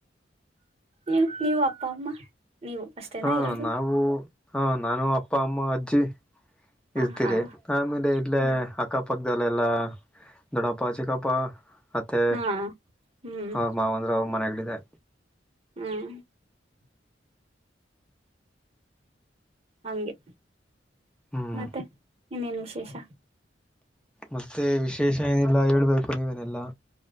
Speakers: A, on the right; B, in the centre.
A: ನೀವ ನೀವು ಅಪ್ಪ ಅಮ್ಮ ನೀವು ಅಷ್ಟೇನಾ
B: ಹಾ
A: ಇರೋದು
B: ನಾವು ಹಾ ನಾನು ಅಪ್ಪ ಅಮ್ಮ ಅಜ್ಜಿ
A: ಹ
B: ಇರ್ತೀರಿ
A: ಹಾ
B: ಆಮೇಲೆ ಇಲ್ಲೆ
A: ಹ
B: ಅಕ್ಕಪಕ್ಕ ಗಲಲ್ಲಾ ದಡಾಪಾ ಚಿಕಾಪ್ಪ ಮತ್ತು
A: ಹಾ ಹ್ಮ್
B: ಅವ್ರ ಮಾವ ಅಂದ್ರರು ಅವ ಮನಾಗಿದೆ
A: ಹ್ಮ್ ಹಂಗೆ
B: ಹ್ಮ್
A: ಮತ್ತೆ ನೀನ್ನೇನು ವಿಶೇಷ
B: ಮತ್ತೆ ವಿಶೇಷ ಏನಿಲ್ಲ ಹೇಳ್ಬೇಕು ನೀವೇನೆಲ್ಲಾ